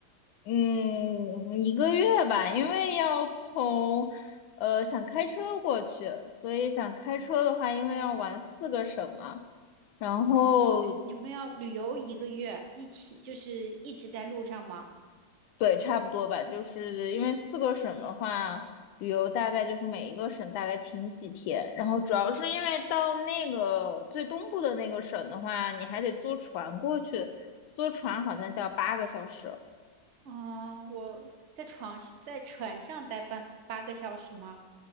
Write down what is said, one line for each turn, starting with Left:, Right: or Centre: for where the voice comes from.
Left: 嗯，一个月吧，因为要从，呃，想开车过去，所以想开车的话，因为要玩四个省嘛，然后
Right: 啊，所以你们要旅游一个月，一起就是一直在路上吗？
Left: 对，差不多吧，就是因为四个省的话，旅游大概就是每一个省大概停几天，然后主要是因为到那个最东部的那个省的话，你还得坐船过去，坐船好像就要八个小时，
Right: 啊，我在床在船上待八八个小时吗？